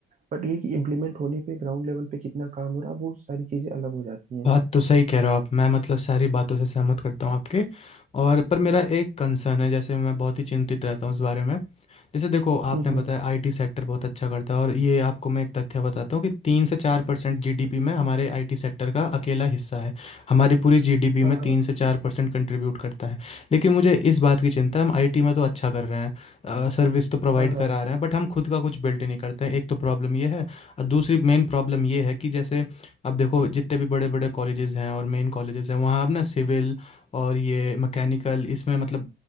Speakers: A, on the right (about 40°); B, on the left (about 30°).
A: बट ये कि इम्प्लीमेंट होने पे ग्राउंड लेवल पे कितना काम हो रहा है वो सारी चीजें अलग हो जाती हैं
B: बात तो सही कह रहे हो आप मैं मतलब सारी बातों से सहमत करता हूँ आपके और पर मेरा एक कंसर्न है जैसे मैं बहुत ही चिंतित रहता हूँ इस बारे में जैसे देखो आपने
A: हम्म हम्म
B: बताया आईटी सेक्टर बहुत अच्छा करता है और ये आपको मैं एक तथ्य बताता हूँ कि तीन से चार परसेंट जीडीपी में हमारे आईटी सेक्टर का अकेला हिस्सा है हमारी पूरी जीडीपी
A: हाँ
B: में
A: हाँ
B: तीन से चार परसेंट कंट्रीब्यूट करता है लेकिन मुझे इस बात की चिंता है हम आईटी में तो अच्छा कर रहे हैं सर्विस तो प्रोवाइड
A: हाँ हाँ
B: करा रहे हैं बट हम खुद का कुछ बिल्ट ही नहीं करते हैं एक तो प्रॉब्लम ये है और दूसरी मेन प्रॉब्लम ये है कि जैसे अब देखो जितने भी बड़े बड़े कॉलेजेस हैं और मेन कॉलेजेस हैं वहाँ अब ना सिविल और ये मैकेनिकल इसमें मतलब